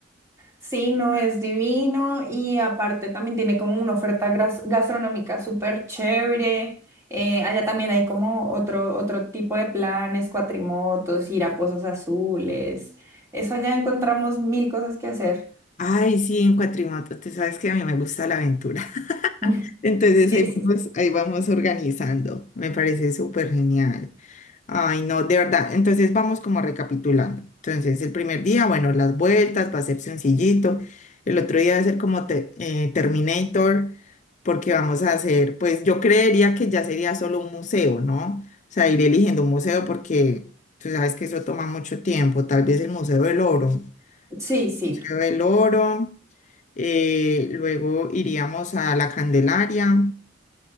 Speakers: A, on the right; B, on the left.
A: Sí, no es divino y aparte también tiene como una oferta gras- gastronómica súper chévere. Eh, allá también hay como otro, otro tipo de planes, cuatrimotos, ir a pozos azules. Eso allá encontramos mil cosas que hacer.
B: Ay, sí, en cuatrimoto, tú sabes que a mí me gusta la aventura. <laughs>
A: <laughs>
B: Entonces
A: Sí,
B: ahí
A: sí,
B: vamos,
A: sí.
B: ahí vamos organizando. Me parece súper genial. Ay, no, de verdad. Entonces vamos como recapitulando. Entonces el primer día, bueno, las vueltas, va a ser sencillito. El otro día va a ser como te- eh, Terminator, porque vamos a hacer, pues yo creería que ya sería solo un museo, ¿no? O sea, ir eligiendo un museo porque tú sabes que eso toma mucho tiempo. Tal vez el Museo del Oro.
A: Sí, sí.
B: Museo del Oro eh, luego iríamos a la Candelaria,